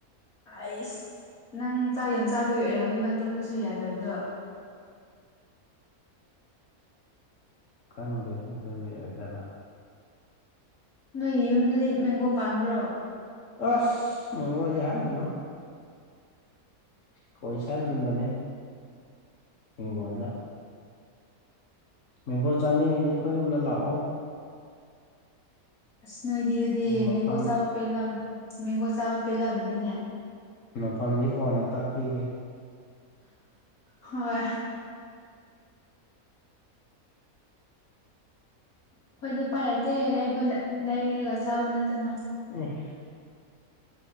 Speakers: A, on the left; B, on the left.
A: ꯑꯩꯁ ꯅꯪ ꯆꯥꯛ ꯌꯥꯝ ꯆꯥꯕꯒꯤ ꯑꯣꯏꯔꯝꯅꯦꯕ ꯇꯨꯝꯕꯁꯨ ꯌꯥꯗꯕꯗꯣ
B: <unintelligible> ꯈꯪꯗꯦ ꯑꯗꯨꯒꯤ ꯑꯣꯏꯖꯅ
A: ꯅꯣꯏ ꯌꯨꯝꯗꯗꯤ ꯃꯦꯡꯒꯣ ꯄꯥꯟꯕꯥ꯭ꯔꯣ
B: ꯑꯁ ꯃꯦꯨꯗꯤꯍꯔ ꯑꯗꯨꯅꯣ ꯀꯣꯏꯁ ꯃꯅꯤ ꯏ ꯋꯥꯗ ꯃꯦꯡꯒꯣ ꯆꯥꯅꯤꯅꯦ ꯑꯩꯈꯣꯏ ꯌꯨꯝꯗ ꯂꯥꯛꯑꯣ
A: ꯑꯁ ꯅꯣꯏꯗꯤꯗꯗꯤ
B: ꯃꯐꯝ
A: ꯃꯦꯡꯒꯣ ꯆꯥꯕ ꯄꯦꯜꯂꯝ ꯃꯦꯡꯒꯣ ꯆꯥꯕ ꯄꯦꯜꯂꯝꯃꯅꯤꯅꯦ
B: ꯃꯐꯝꯗꯤ ꯀꯣꯟꯅ ꯇꯥꯛꯄꯤꯒꯦ
A: ꯍꯣꯏ ꯑꯩꯈꯣꯏꯗꯤ ꯄꯥꯏ ꯂꯩꯇꯦ ꯂꯩꯕ ꯂꯩꯔꯒ ꯆꯥꯕ ꯅꯠꯇꯅ
B: <unintelligible>